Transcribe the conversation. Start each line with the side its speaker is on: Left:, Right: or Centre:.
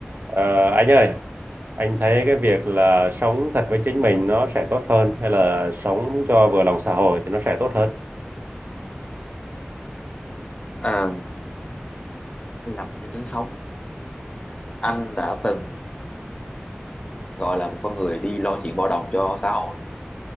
Right: Ờ, anh ơi, anh thấy cái việc
Left: Nghĩ-
Right: là sống thật với chính mình nó sẽ tốt hơn hay là sống cho vừa lòng xã hội thì nó sẽ tốt hơn?
Left: À, là một nhân chứng sống anh đã từng gọi là một con người đi lo chuyện bao đồng cho xã hội